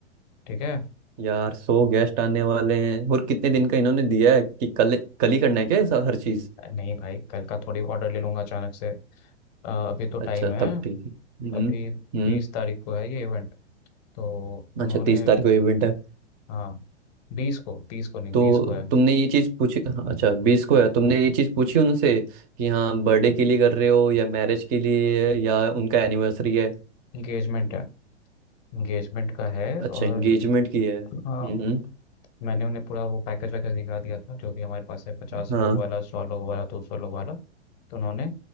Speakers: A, on the left; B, on the right.
A: ठीक है
B: यार सो गेस्ट आने वाले हैं और कितने दिन का इन्होंने दिया है कि कल कल ही करना है क्या ये सा- हर चीज
A: नहीं भाई कल का थोड़ी ऑर्डर ले लूँगा अचानक से अ, अभी तो टाइम
B: अच्छा
A: है
B: तब ठीक है हम्म
A: अभी
B: हम्म
A: बीस तारीख को है ये इवेंट तो उन्होंने
B: अच्छा तीस तारीख को इवेंट है
A: हाँ बीस को बीस को नहीं
B: तो
A: बीस को है
B: तुमने ये चीज पूछी हाँ, अच्छा बीस को है तुमने ये चीज पूछी उनसे कि हाँ बर्थडे के लिए कर रहे हो या मैरिज के लिए है या उनका एनिवर्सरी है
A: इंगेजमेंट है इंगेजमेंट का है
B: अच्छा
A: और
B: एंगेजमेंट की है
A: हाँ
B: हम्म
A: मैंने उन्हें पूरा वो पैकेज वैकेज दिखा दिया था जो भी हमारे पास है पचास
B: हाँ
A: लोग वाला सौ लोग वाला दो सौ लोग वाला तो उन्होंने